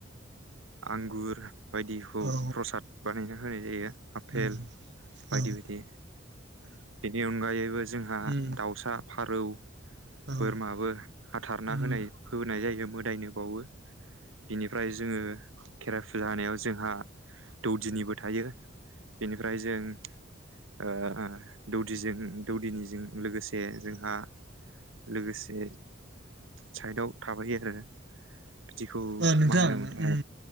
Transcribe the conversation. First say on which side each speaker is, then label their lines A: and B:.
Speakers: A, on the right; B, on the right.
A: आंगुर बायदिखौ
B: औ उम औ उम औ
A: प्रसाद बानायना होनाय जायो। आपेल
B: उम
A: बायदि
B: औ उम
A: बायदि। बेनि अनगायैबो जोंहा
B: उम
A: दाउसा, फारौ
B: औ उम
A: बोरमाबो हाथारना होनाय
B: उम
A: होनाय जायो। मोदायनो बावो बिनिफ्राय जोङो खेराइ फुजा होनायाव जोंहा दौदिनिबो थायो बेनिफ्राय जों ओ दौदिजों दौदिनिजों लोगोसे जोंहा लोगोसे साइदआव थाबाय आरो बिदिखौ
B: ओ नोंथां
A: मा होनोमोनथाय
B: उम